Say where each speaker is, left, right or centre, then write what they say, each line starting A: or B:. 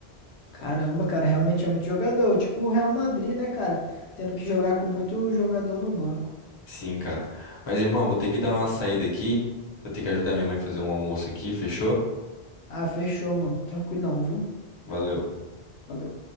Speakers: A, on the left; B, on the left.
A: Caramba, cara, realmente é muito jogador. Tipo o Real Madrid, né, cara? Tendo que jogar com muito jogador no banco.
B: Sim, cara. Mas, irmão, vou ter que dar uma saída aqui. Vou ter que ajudar minha mãe a fazer um almoço aqui, fechou?
A: Ah, fechou, mano. Tranquilão, viu?
B: Valeu.
A: Valeu.